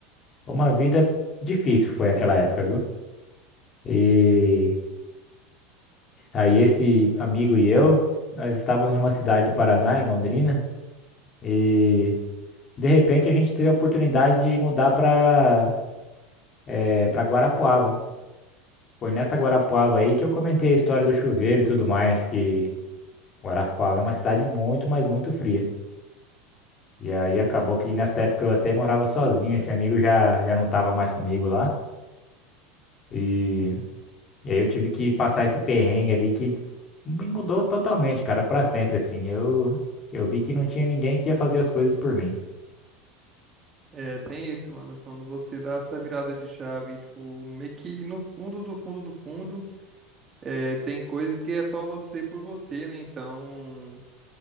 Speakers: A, on the left (about 35°); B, on the right (about 30°).
A: Uma vida difícil foi aquela época, viu? E aí esse amigo e eu, nós estávamos numa cidade do Paraná, em Londrina, e de repente a gente teve a oportunidade de mudar para eh, para Guarapuava. Foi nessa Guarapuava aí que eu comentei a história do chuveiro e tudo mais, que Guarapuava é uma cidade muito, mas muito fria. E aí acabou que nessa época eu até morava sozinho, esse amigo já, já não estava mais comigo lá. E E aí eu tive que passar esse perrengue ali que me mudou totalmente, cara, pra sempre, assim. Eu, eu vi que não tinha ninguém que ia fazer as coisas por mim.
B: É, tem isso, mano. Quando você dá essa virada de chave, tipo, meio que no fundo do fundo do fundo, é, tem coisa que é só você por você, né? Então,